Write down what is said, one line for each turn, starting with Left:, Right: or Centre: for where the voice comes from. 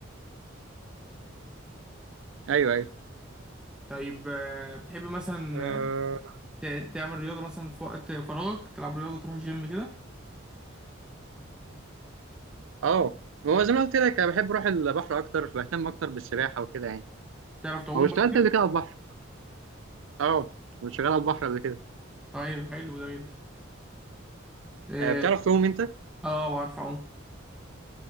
Right: ايوه ايوه
Centre: طيب آه، بتحب مثلا
Right: اه
Centre: آه، ت- تعمل رياضه مثلا في وقت فراغك تلعب رياضه تروح جيم كده
Right: آه. هو زي ما قلت لك انا بحب اروح البحر اكتر بهتم اكتر بالسباحه وكده يعني
Centre: تعرف تعوم
Right: هو اشتغلت
Centre: بقى كده
Right: قبل كده على البحر اه كنت شغال على البحر قبل كده
Centre: طيب حلو ده جدا اه
Right: آه بتعرف تعوم انت
Centre: آه، بعرف اعوم